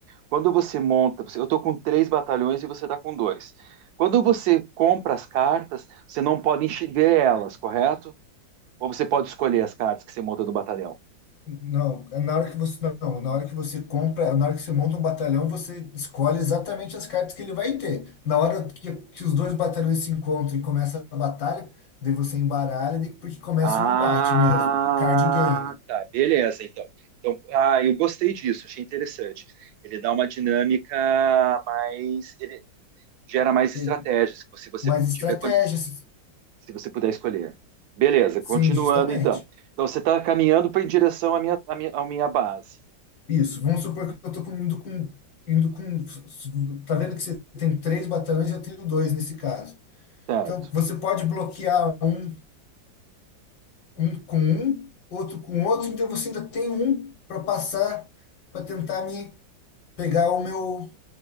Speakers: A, on the right; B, on the left.
A: Quando você monta, você- eu estou com três batalhões e você está com dois. Quando você compra as cartas, você não pode enche- ver elas, correto? Ou você pode escolher as cartas que você monta do batalhão?
B: Não, na hora que você não, na hora que você compra, na hora que você monta um batalhão, você escolhe exatamente as cartas que ele vai ter. Na hora que, que os dois batalhões se encontram e começa a batalha, daí você embaralha, daí- porque começa
A: Ah,
B: o embate mesmo, card game.
A: tá, beleza, então. Então, ah, eu gostei disso, achei interessante. Ele dá uma dinâmica mais, ele gera mais
B: E-
A: estratégias, se você você
B: Mas estratégias,
A: tiver, con- se você puder escolher. Beleza,
B: sim,
A: continuando
B: justamente.
A: então. Então você está caminhando pra- em direção à minha, à minha, à minha base,
B: Isso, vamos supor que eu estou indo com, indo com. Tá vendo que você tem três batalhões, eu tenho dois nesse caso.
A: certo?
B: Então você pode bloquear um, um com um, outro com outro, então você ainda tem um para passar para tentar me pegar o meu,